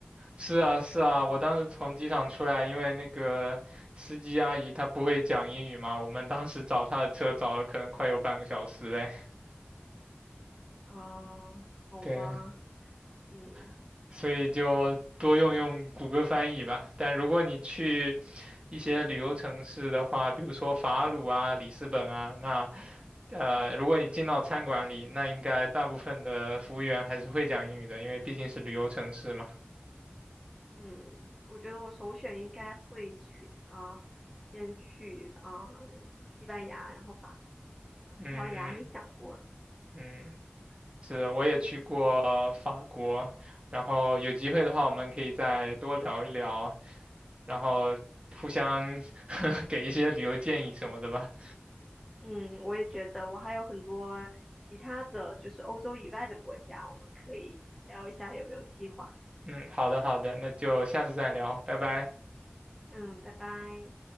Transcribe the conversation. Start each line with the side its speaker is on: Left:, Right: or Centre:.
Right: 是啊，是啊，我当时从机场出来，因为那个司机阿姨她不会讲英语嘛，我们当时找她的车找了可能快有半个小时哎。
Centre: 啊，好吧，
Right: 对，
Centre: 嗯
Right: <laughs> 所以就多用用谷歌翻译吧。但如果你去一些旅游城市的话，比如说法鲁啊、里斯本啊，那呃，如果你进到餐馆里，那应该大部分的服务员还是会讲英语的，因为毕竟是旅游城市嘛。
Centre: 嗯，我觉得我首选应该会去啊，先去啊西班牙，然后法国，呃，葡萄牙没想过呢。
Right: 嗯嗯嗯。是，我也去过法国，然后有机会的话，我们可以再多聊一聊，然后互相 <laughs> 给一些旅游建议什么的吧。
Centre: 嗯，我也觉得我还有很多其他的就是欧洲以外的国家，我们可以聊一下有没有计划。
Right: 嗯，好的，好的，那就下次再聊，拜拜。
Centre: 嗯，拜拜。